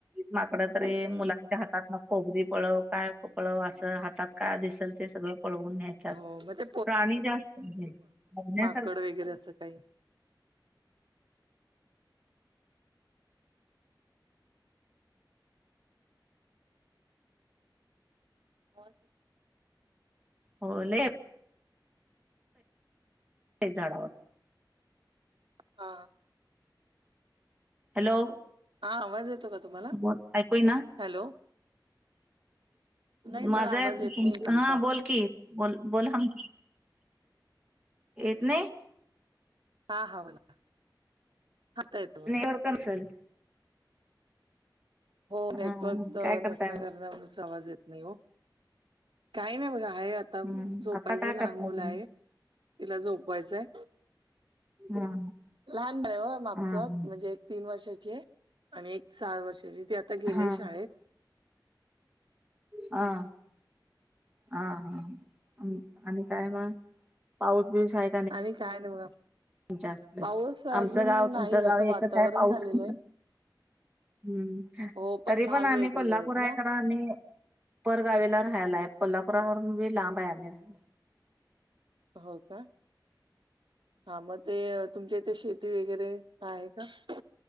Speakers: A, on the right (about 15°); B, on the right (about 85°).
A: माकड तरी मुलांच्या हातातन खोबरी पळव काय पळव असं हातात काय दिसल ते सगळं पळवून नेहतात
B: हो मग ते
A: प्राणी जास्त आहेत बघण्यात
B: गड वगैरे असं काही हवा
A: हो लय ते झाडावर
B: हा हा
A: हॅलो
B: हा आवाज येतो का तुम्हाला
A: बोल ऐकू ना
B: हॅलो नाही
A: माझं
B: मला आवाज
A: आहे तुम-
B: येत नाही तुमचा
A: हा बोल की बोल बोलाम येत नाही
B: हा हा बोला आता येतोय
A: नेटवर्क
B: बघा
A: नसेल
B: हो नेटवर्क
A: हा काय करताय
B: नसल्या
A: मग
B: कारणामुळ आवाज येत नाही ओ काही नाही बघ आहे आता
A: हम्म
B: झोपायचं
A: आता काय
B: लहान
A: करताय
B: मुल
A: तुम्ही
B: आहे तिला झोपवायचंय
A: हा
B: लहान बाळ आहे ओ आमचं
A: हा
B: म्हणजे तीन वर्षाची आहे आणि एक सहा वर्षाची ती आता गेलीय
A: हा
B: शाळेत
A: हा हा हा आणि काय मग पाऊस बिस आहे
B: आणि काय नाही बघा
A: तुमच्या
B: पाऊस अजून
A: आमचं गाव
B: नाही
A: तुमचं गाव
B: असं वातावरण
A: एकच आहे पाऊस
B: झालेलं आहे
A: हम्म
B: हो
A: तरी
B: भाग
A: पण आम्ही
B: वेगवेगळे
A: कोल्हापूर
B: आहेत
A: आहे
B: ना
A: खरं आम्ही परगावीला राहायला आहे कोल्हापुरावरून बी लांब आहे आम्ही राहायला
B: हो का हा मग ते तुमच्या इथे शेती वगैरे आहे का